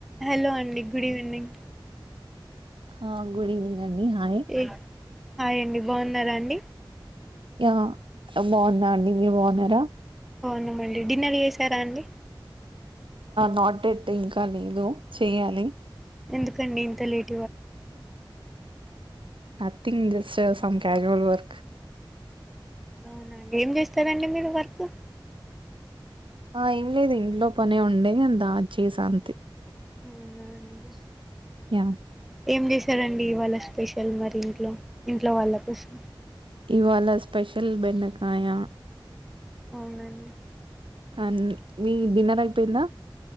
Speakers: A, in the centre; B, on the right (about 75°).
A: Hello అండి good evening
B: హా good evening అండి హాయ్
A: ఏ హాయ్ అండి బాగున్నారా అండి
B: ఆ బాగున్నా అండి మీరు బాగున్నారా
A: బావునమండి డిన్నర్ చేసారా అండి
B: నాట్ ఎట్ ఇంకా లేదు చెయాలి
A: ఎందుకండి ఇంత late
B: nothing just some casual work
A: అవునండి ఏం చేస్తారండి మీరు వర్క్
B: ఆ ఏం లేదు అండి ఇంట్లో పనే ఉండే నని దా చేసా అంతే
A: అవునా అండి
B: యా
A: ఏం చేశారండి ఇవాళ్ళ స్పెషల్ మరి ఇంట్లో ఇంట్లో వాళ్ళ షం
B: ఇవాళ స్పెషల్ బెండకాయ
A: అవునండి
B: అనీ మీది డిన్నర్ అయిపోయిందా